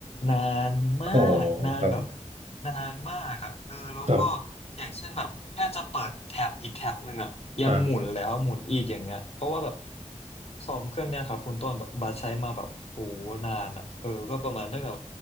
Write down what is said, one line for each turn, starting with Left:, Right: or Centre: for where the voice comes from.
Left: นานมากนานแบบ
Right: อ๋อครับ
Left: นานมากอ่ะเออแล้วก็
Right: ครับ
Left: อย่างเช่นแบบแค่จะเปิดแท็บอีกแท็บหนึ่งอ่ะยังหมุนแล้วหมุนอีกอย่างเงี้ยเพราะว่าแบบ
Right: ครับ
Left: คอมเครื่องเนี้ยครับคุณต้นแบบบาสใช้มาแบบโอ้นานอ่ะเออก็ประมาณตั้งแต่